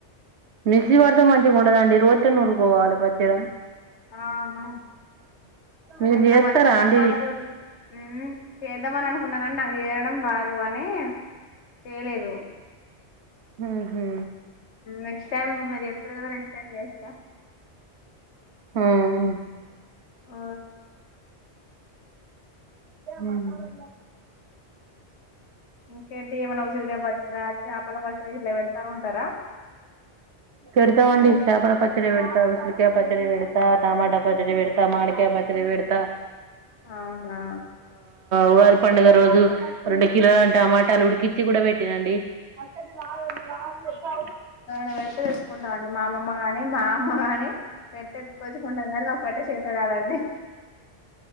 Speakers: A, on the right; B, on the left.
A: మిక్సీ పడితే మంచిగా ఉండదండి రోట్టెనే నురుకోవాలి పచ్చడ
B: ఆహా
A: మీరు
B: అదగ్గ
A: చేస్తారా
B: మధ్యలో టమాటాలు
A: అండి
B: ఉ చేద్దామని అనుకున్నాం కానీ నాకు చేయడం రాదు అని చెయ్యలేదు
A: ఉహు.
B: నెక్స్ట్ టైమ్ ఇప్పుడు మీరి చెప్పిర్రు కదా నెక్స్ట్ టైం చేస్తా
A: హమ్
B: ఆ
A: ఉం
B: ఇంకేంటి ఏమైనా ఉసిరిగాయ పచ్చడా చేపల పచ్చడి ఇట్లా పెడతా ఉంటారా
A: పెడుతామండి చేపల పచ్చడి పెడతా ఉసురికాయ పచ్చడి పెడతా టమాటా పచ్చడి పెడతా మాడికాయ పచ్చడి పెడత
B: అవునా
A: ఉగాది పండుగ రోజు రెండు కిలోల టమాటాలు ఉడికించి కూడా పెట్టినండి అ పెద్ద <unintelligible>
B: ఆ పెడితే తెచ్చుకుంటాం <unintelligible> డి మా అమమ్మ ని మా అమ్మ గాని పెట్టెచ్చుకుంటాం కానీ నాకు పెట్ట చేత కాదండీ